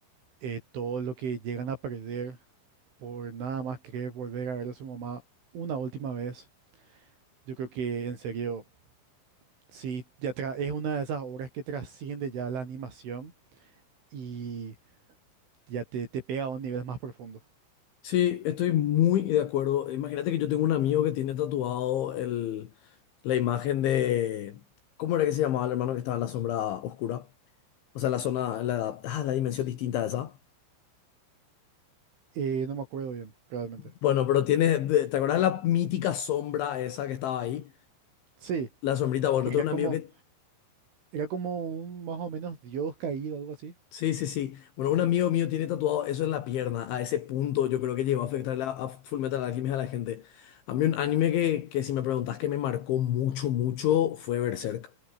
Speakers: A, on the right (about 70°); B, on the left (about 70°).
A: eh, todo lo que llegan a perder por nada más querer volver a ver a su mamá una última vez, yo creo que en serio, sí, ya tra- es una de esas obras que trasciende ya la animación y ya te, te pega a un nivel más profundo.
B: Sí, estoy muy de acuerdo. Imagínate que yo tengo un amigo que tiene tatuado el, la imagen de... ¿Cómo era que se llamaba el hermano que estaba en la sombra oscura? O sea, la zona, la, ah, la dimensión distinta de esa.
A: Eh, no me acuerdo bien, realmente.
B: Bueno, pero tiene, de- ¿te acuerdas de la mítica sombra esa que estaba ahí?
A: Sí,
B: La sombrita, bueno,
A: es que
B: tengo
A: era
B: un
A: como,
B: amigo que...
A: era como un más o menos dios caído, algo así.
B: Sí, sí, sí. Bueno, un amigo mío tiene tatuado eso en la pierna. A ese punto yo creo que llegó a afectar a, a Fullmetal Alchemist a la gente. A mí un anime que, que si me preguntas que me marcó mucho, mucho fue Berserk.